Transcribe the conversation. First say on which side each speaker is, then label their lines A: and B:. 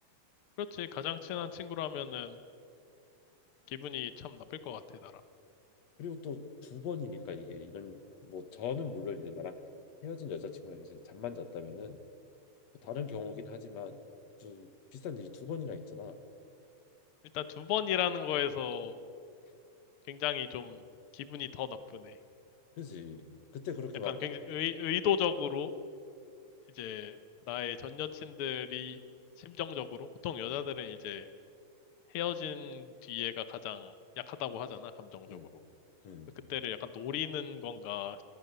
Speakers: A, on the left (about 80°); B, on the left (about 55°).
A: 그렇지. 가장 친한 친구라면은 기분이 참 나쁠 것 같아, 나라면.
B: 그리고 또 두 번이니까 이게 이런 뭐 저는 물론 이제 나랑 헤어진 여자친구랑 이제 잠만 잤다면은 뭐 다른 경우긴 하지만 또 비슷한 일이 두 번이나 있잖아.
A: 일단 두 번이라는 거에서 굉장히 좀 기분이 더 나쁘네.
B: 그지? 그때 그렇게
A: 약간
B: 막
A: 굉장히 의, 의도적으로 이제 나의 전 여친들이 심정적으로 보통 여자들은 이제 헤어진 뒤에가 가장 약하다고 하잖아, 감정적으로.
B: 응, 응,
A: 그때를 약간 노리는 건가